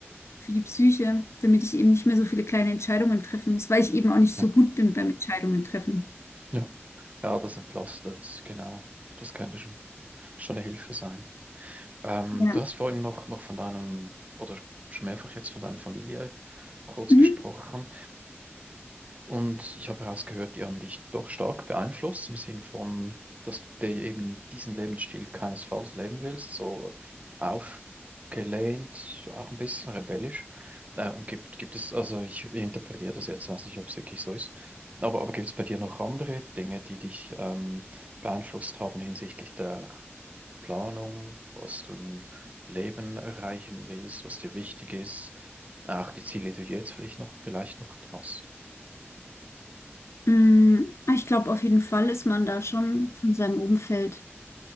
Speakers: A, on the left; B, on the right.
A: für die Psyche, damit ich eben nicht mehr so viele kleine Entscheidungen treffen muss, weil ich eben auch nicht
B: ja,
A: so gut bin beim Entscheidungen treffen.
B: ja. Ja, das entlastet, genau. Das könnte schon, schon eine Hilfe sein. Ähm,
A: Ja.
B: du hast vorhin noch, noch von deinem, oder schon mehrfach jetzt von deiner Familie kurz
A: Mhm.
B: gesprochen. Und ich habe herausgehört, die haben dich doch stark beeinflusst im Sinn von, dass du dir eben diesen Lebensstil keinesfalls leben willst, so aufgelehnt, auch ein bisschen rebellisch. Äh, und gibt, gibt es, also ich interpretiere das jetzt, weiß nicht, ob es wirklich so ist, aber, aber gibt es bei dir noch andere Dinge, die dich ähm, beeinflusst haben hinsichtlich der Planung, was du im Leben erreichen willst, was dir wichtig ist, auch die Ziele, die du jetzt vielleicht noch, vielleicht noch hast?
A: Mm, ah, Ich glaube, auf jeden Fall ist man da schon von seinem Umfeld